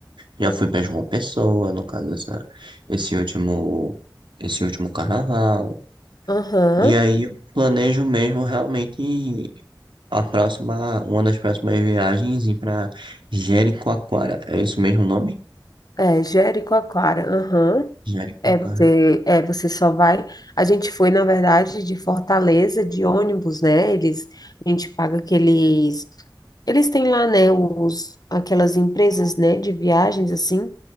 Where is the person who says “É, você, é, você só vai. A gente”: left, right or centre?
Left